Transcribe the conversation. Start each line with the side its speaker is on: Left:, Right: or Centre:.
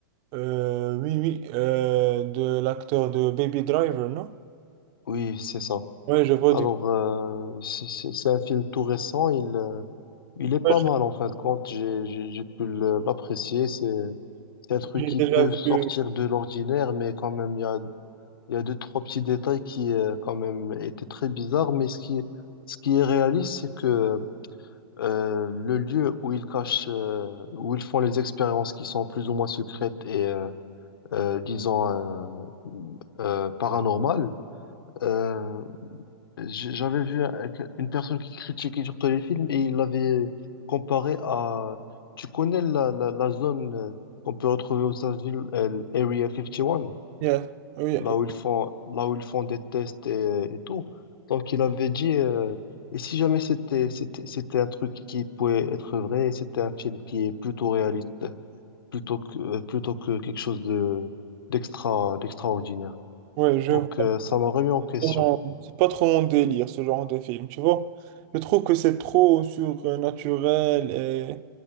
Right: Euh, oui, oui, euh, de l'acteur de Baby Driver, non?
Left: Oui, c'est ça.
Right: Ouais, je vois
Left: Alors,
Right: de...
Left: euh, c'est c'est- c'est un film tout récent, il, euh, il est pas
Right: ouais,
Left: mal en fin de compte, j'ai j'ai- j'ai pu le- l'apprécier. C'est c'est un truc
Right: j'ai
Left: qui
Right: déjà
Left: peut sortir
Right: vu.
Left: de l'ordinaire, mais quand même, il y a, il y a deux, trois petits détails qui, euh, quand même, étaient très bizarres. Mais ce qui, ce qui est réaliste, c'est que euh, le lieu où ils cachent, euh, où ils font les expériences qui sont plus ou moins secrètes et, euh, euh, disons, euh, euh, paranormal. Euh, j- j'avais vu avec une personne qui critiquait surtout les films et il l'avait comparé à... Tu connais la, la, la zone euh, qu'on peut retrouver aux États-Unis, euh, l'Area 51,
Right: Yeah, Oui,
Left: là
Right: oui,
Left: où ils font, là où ils font des tests et, et tout. Donc, il avait dit... euh, Et si jamais c'était c'était c'était un truc qui pouvait être vrai, et c'était un film qui est plutôt réaliste, plutôt que plutôt que quelque chose de d'extra d'extraordinaire.
Right: ouais, je
Left: Donc,
Right: vois.
Left: euh, ça m'a remis en question.
Right: Exactement. C'est pas trop mon délire, ce genre de film, tu vois. Je trouve que c'est trop surnaturel et...